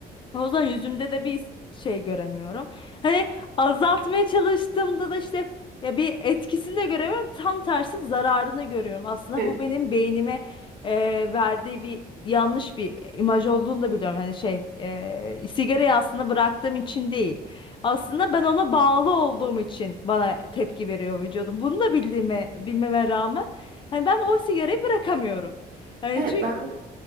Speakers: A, on the left (about 30°); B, on the right (about 65°).
A: O zaman yüzümde de bir şey göremiyorum. Hani azaltmaya çalıştığımda da işte ya bir etkisini de göremiyorum. Tam tersi zararını görüyorum. Aslında
B: Evet.
A: bu benim beynime e, verdiği bir yanlış bir imaj olduğunu da biliyorum. Hani şey e, sigarayı aslında bıraktığım için değil. Aslında ben ona bağlı olduğum için bana tepki veriyor vücudum. Bunu da bildiğime, bilmeme rağmen hani ben o sigarayı bırakamıyorum. Hani
B: Evet
A: çünkü
B: ben